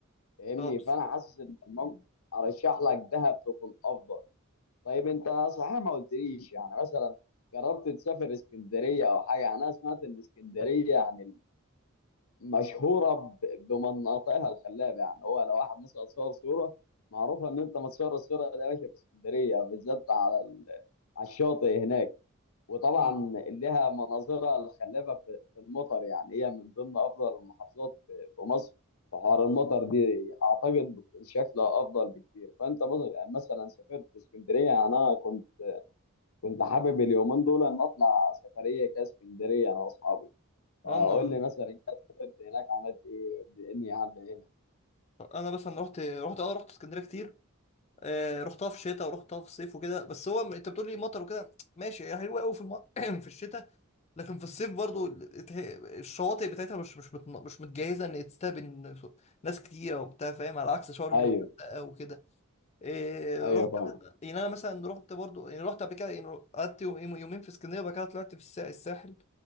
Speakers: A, on the left; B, on the left.
A: فاهمني
B: اه بس
A: فانا حاسس ان الموضوع ارشح لك دهب تكون افضل طيب انت صحيح ما قلتليش يعني مثلا جربت تسافر اسكندريه او حاجه يعني انا سمعت ان اسكندريه يعني مشهوره ب- بمناطقها الخلابه يعني هو لو واحد مثلا صور صوره معروفه ان انت متصور الصوره دي يا باشا في اسكندريه بالذات على ال- على الشاطئ هناك وطبعا
B: مم.
A: لها مناظرها الخلابه في في المطر يعني هي من ضمن افضل المحافظات في في مصر في حوار المطر دي اعتقد بتكون شكلها افضل بكتير فانت مثلا مثلا سافرت اسكندريه يعني انا كنت كنت حابب اليومين دول ان اطلع سفريه كاسكندريه انا واصحابي اقول
B: اه انا
A: لي مثلا انت سافرت هناك عملت ايه اني عدى هنا
B: انا بس انا رحت رحت اه رحت اسكندريه كتير آه، رحتها في شتاء ورحتها في صيف وكده بس هو م- انت بتقول لي مطر وكده ماشي هي حلوه قوي في الم... <clears throat> في الشتاء لكن في الصيف برضو ال- اتح- الشواطئ بتاعتها مش مش متن... مش متجهزه ان تستقبل ناس كتيره وبتاع فاهم على عكس شرم
A: ايوه
B: والغردقه وكده إيه
A: ايوه
B: رحت
A: فاهم
B: يعني انا مثلا رحت برضو يعني رحت قبل كده يعني قعدت يوم- يومين في اسكندريه وبعد كده طلعت في السا- الساحل